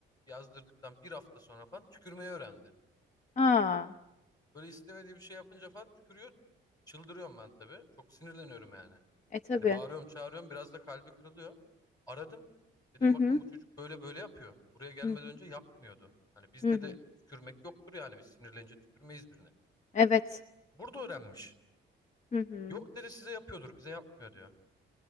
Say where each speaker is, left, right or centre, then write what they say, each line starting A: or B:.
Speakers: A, on the left; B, on the left.
A: yazdırdıktan bir hafta sonra falan tükürmeyi öğrendi.
B: A!
A: Böyle istemediği bir şey yapınca falan tükürüyor. Çıldırıyorum ben tabii. Çok sinirleniyorum yani.
B: E, tabii.
A: Hani bağırıyorum, çağırıyorum. Biraz da kalbi kırılıyor. Aradım. Dedim
B: Hı hı.
A: bakın bu çocuk böyle böyle yapıyor. Buraya gelmeden
B: Hı hı.
A: önce yapmıyordu. Hani bizde
B: Hı hı.
A: de tükürmek yoktur yani. Biz sinirlenince tükürmeyiz birine.
B: Evet.
A: Burada öğrenmiş.
B: Hı hı.
A: Yok dedi size yapıyordur, bize yapmıyor diyor.